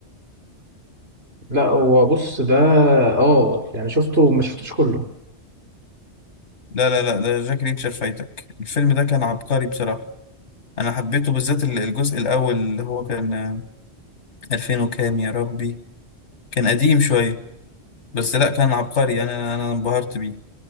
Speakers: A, on the right (about 60°); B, on the left (about 80°).
A: لا هو بص ده اه يعني شفته ما شفتوش كله
B: لا لا لا ده جاك ريتشر فايتك الفيلم ده كان عبقري بصراحة انا حبيته بالذات ال- الجزء الاول اللي هو كان آه، 2000 وكام يا ربي كان قديم شوية بس لا كان عبقري يعني انا انا انبهرت بيه